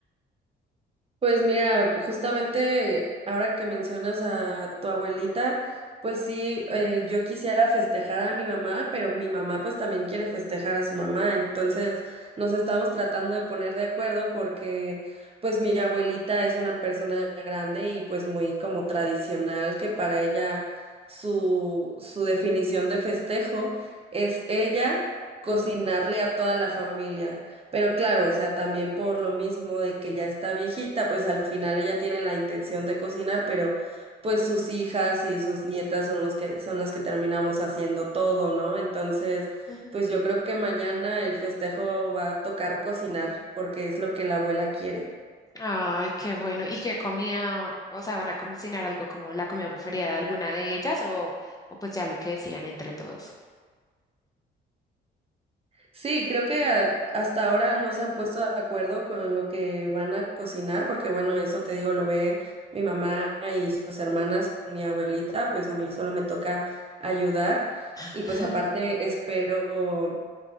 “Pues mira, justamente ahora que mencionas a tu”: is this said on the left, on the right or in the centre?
Right